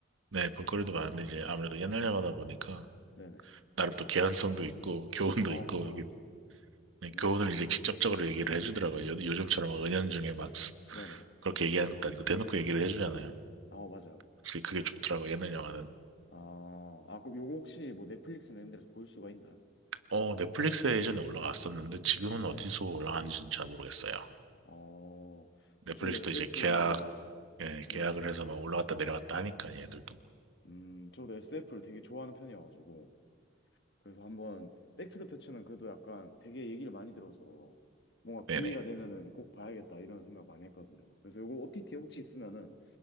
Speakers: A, on the right; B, on the left.
A: 네, 볼거리도 많은데 이제 아무래도 옛날 영화다 보니까
B: 네네.
A: 나름 또 개연성도 있고, 교훈도
B: 아,
A: 있고,
B: 그래요.
A: 이게 네,
B: 음.
A: 교훈을 이제 직접적으로 얘기를 해주더라고요. 요, 요즘처럼 막 은연중에 막 쓰-
B: 네네.
A: 그렇게 얘기하는 것도 아니고 대놓고 얘기를 해주잖아요.
B: 아, 맞아요.
A: 그게, 그게 좋더라고, 예능 영화는.
B: 아, 아, 그럼 요거 혹시 뭐 넷플릭스나 이런 데서 볼 수가 있나요?
A: 어, 넷플릭스에 예전에 올라왔었는데 지금은
B: 네.
A: 어디서 올라가는지는 잘 모르겠어요.
B: 어,
A: 넷플릭스도
B: 어, 저도 SF는,
A: 이제 계약, 예,
B: 네,
A: 계약을 해서 막 올라갔다 내려갔다 하니까 얘들도.
B: 음, 저도 SF를 되게 좋아하는 편이어가지고, 그래서 한번, 백투 더 퓨처는 그래도 약간 되게 얘기를 많이 들어서, 뭔가 기회가
A: 네네.
B: 되면은 꼭 봐야겠다, 이런 생각 많이 했거든요. 그래서 요거 OTT에 혹시 있으면은,